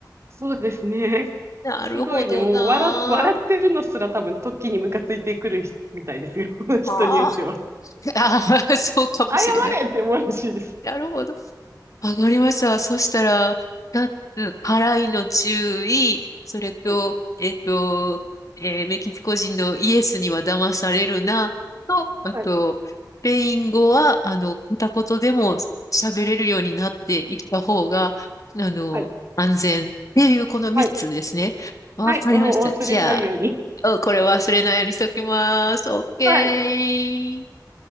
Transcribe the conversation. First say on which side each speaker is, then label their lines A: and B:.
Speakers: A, on the right; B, on the left.
A: そうですね。
B: なるほどな。
A: すごいね。もう笑、笑ってるのすら多分時にムカついてくる人みたいですよ。<laughs> 人によっては。
B: まあ、<laughs> あー、そうかもしれない。
A: 謝れって思うらしいです。
B: なるほど。わかりました。そしたら、二つ、辛いの注意、それと、
A: はい、
B: えっと、えーメキシコ人のイエスには騙されるな、と、あと、
A: はい、
B: スペイン語は、あの、片言でも喋れるようになっていった方が、あの、
A: はい、
B: 安全っていうこの三つですね。
A: はい、
B: わかりました。
A: はい。お、お忘れないように。
B: じゃあ、おこれ忘れないようにしときます。オッケー。
A: はい。